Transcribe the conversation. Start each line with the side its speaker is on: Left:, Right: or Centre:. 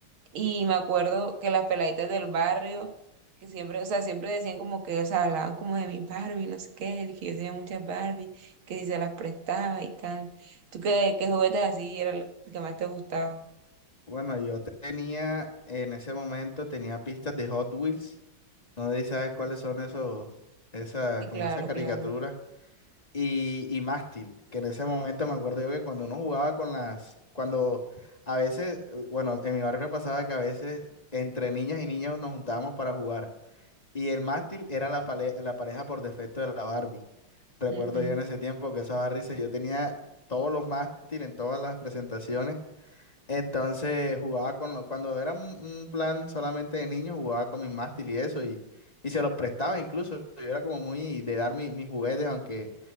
Right: Y me acuerdo que las peladitas del barrio, que siempre, o sea, siempre decían como que, o sea, hablaban como de mi Barbie, no sé qué, de que yo tenía muchas Barbie, que si se las prestaba y tal. ¿Tú qué, qué juguetes así era el que más te gustaba?
Left: Bueno, yo tenía, en ese momento, tenía pistas de Hot Wheels. No sé si sabes cuáles son esos, esa,
Right: Sí,
Left: como
Right: claro,
Left: esa caricatura.
Right: claro.
Left: Y, y mástil, que en ese momento me acuerdo yo que cuando uno jugaba con las, cuando a veces, eh, bueno, en mi barrio pasaba que a veces entre niñas y niños nos juntábamos para jugar. Y el mástil era la, pale- la pareja por defecto de la Barbie. Recuerdo
Right: Ujú.
Left: yo en ese tiempo que esa Barbie, se- yo tenía todos los mástiles en todas las presentaciones. Entonces jugaba con los, cuando era un, un plan solamente de niños, jugaba con mis mástiles y eso, y, y se los prestaba incluso. Yo era como muy de dar mi- mis juguetes, aunque